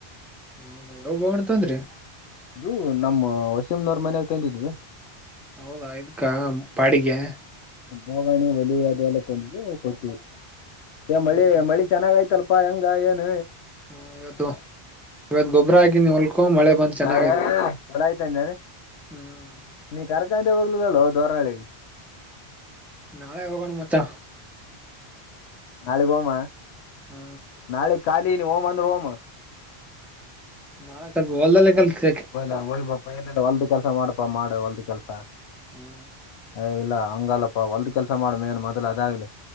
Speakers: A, in the centre; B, on the left.
A: ಹೌದಾ ಯಾವ ಬೋಗಣ ತಂದ್ರಿ
B: ಇವು ನಮ್ಮ ವಸಿಂನವರ್ ಮನಾಗ ಕಂದಿದ್ವಿ
A: ಹೌದಾ ಇದ್ಕ್ಕ ಬಾಡಿಗೆ
B: ಹೋಗಣಿ ಒಲೆ ಅದೆಲ್ಲ ತಂಬು ಕೊಡ್ತೀವಿ ಮಳೆ
A: ಹೌದಾ
B: ಮಳಿ ಚೆನ್ನಾಗ ಆಯ್ತಲ್ ಪಾ ಹೆಂಗ ಏನ
A: ಹಾ ಇವತ್ತು ಇವತ್ ಗೊಬ್ಬರ ಆಗಿನಿ ಹೊಲ್ಕೋ ಮಳೆ ಬಂದ್ ಚೆನ್ನಾಗೈತ್
B: ಎಲ್ಲ ಆಯ್ತಾರೀ
A: ಹ್ಮ್
B: ಜಾರ್ಖಾಂದೆ ಹೋಗ್ಲುದಲ್ವ ದೋರಹಳ್ಳೆಗೆ
A: ನಾಳೆ ಹೋಗಣ ಮಚಾ
B: ನಲಿಗ್ ಹೋಗಮ
A: ಹ
B: ನಾಳೆ ಖಾಲಿ ನೀ ಓಮ್ ಅಂದ್ರೆ ಓಮ
A: ನಾ ಸ್ವಲ್ಪ ಒಳಲ ಯಾಕ ಅಲಾ ಕ
B: ಹಲ್ಲಾ ಹಯ್ಬಪ ಎಲ್ಲಿಿಲ್ಲ ಹೊಲ್ದ ಕೆಲ್ಸ ಮಾಡಪಾ ಮಾಡ ಹೊಲ್ದ ಕೆಲ್ಸ
A: <inaudible>
B: ಯ ಇಲ್ಲ ಹಂಗಲ್ಲಪ್ಪಾ ಹೊಲ್ದ ಕೆಲ್ಸ ಮಾಡ್ಮೇನ್ ಮೊದ್ಲ ಅದಾಗ್ಲಿ